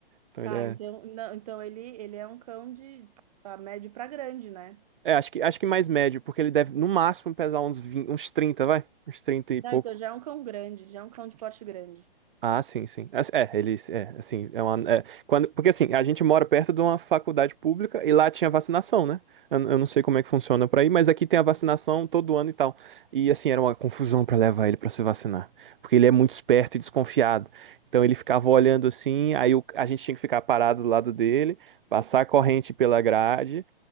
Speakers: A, on the right; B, on the right.
A: Então
B: Ah,
A: ele é.
B: então, não, então ele, ele é um cão de pra médio pra grande, né?
A: É, acho que, acho que mais médio, porque ele deve no máximo pesar uns, 20 uns 30 vai? Uns 30 e
B: Não,
A: pouco.
B: então já é um cão grande, já é um cão de porte grande.
A: Ah, sim, sim. As- É, eles, é, assim, é uma, é, quando, porque assim, a gente mora perto de uma faculdade pública e lá tinha vacinação, né? Eu, eu não sei como é que funciona por aí, mas aqui tem a vacinação todo ano e tal. E assim, era uma confusão pra levar ele pra se vacinar, porque ele é muito esperto e desconfiado. Então ele ficava olhando assim, aí o- a gente tinha que ficar parado do lado dele, passar a corrente pela grade.